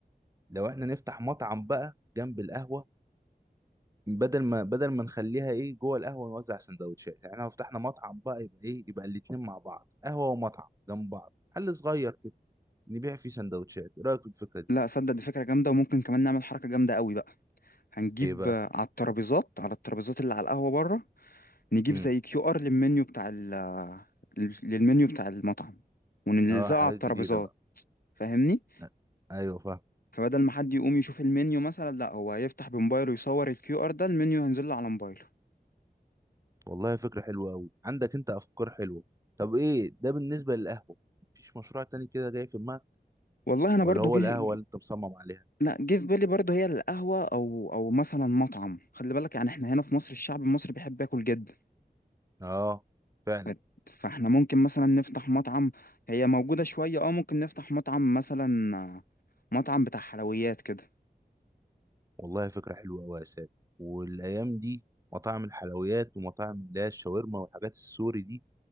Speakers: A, on the right; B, on the left.
A: لو احنا نفتح مطعم بقى جنب القهوة بدل ما بدل ما نخليها ايه جوه القهوة نوزع سندوتشات يعني لو فتحنا مطعم بقى يبقى ايه يبقى الاتنين مع بعض قهوة ومطعم جنب بعض حل صغير كده نبيع فيه سندوتشات ايه رأيك في الفكرة دي
B: لا صدق دي فكرة جامدة وممكن كمان نعمل حركة جامدة قوي بقى هنجيب
A: ايه بقى
B: آه، على الترابيزات على الترابيزات اللي على القهوة بره نجيب
A: امم
B: زي كيو ار للمنيو بتاع ال آه، للمنيو بتاع المطعم ونلزقه
A: اه حاجات
B: على الترابيزات
A: جديدة بقى
B: فاهمني
A: آه، ايوه فاهم
B: فبدل ما حد يقوم يشوف المنيو مثلا لا هو هيفتح بموبايله يصور الكيو ار ده المنيو هينزل له على موبايله
A: والله فكرة حلوة أوي عندك أنت أفكار حلوة طب إيه ده بالنسبة للقهوة مفيش مشروع تاني كده جاي في دماغك
B: والله انا
A: ولا
B: برضو
A: هو
B: جه
A: القهوة اللي أنت مصمم عليها
B: لا جه في بالي برضه هي القهوة أو أو مثلا مطعم خلي بالك يعني احنا هنا في مصر الشعب المصري بيحب ياكل جدا
A: آه فعلا
B: ف- فاحنا ممكن مثلا نفتح مطعم هي موجودة شوية اه ممكن نفتح مطعم مثلا آه، مطعم بتاع حلويات كده
A: والله فكرة حلوة أوي يا سامي والأيام دي مطاعم الحلويات ومطاعم اللي هي الشاورما والحاجات السوري دي